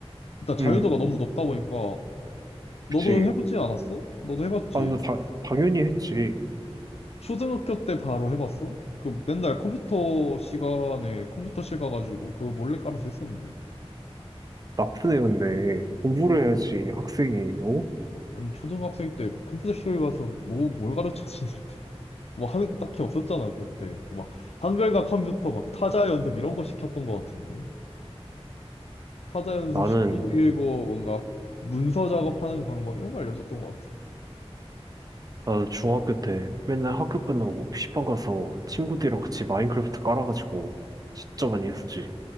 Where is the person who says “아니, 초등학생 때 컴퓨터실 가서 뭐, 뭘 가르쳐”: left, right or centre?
Left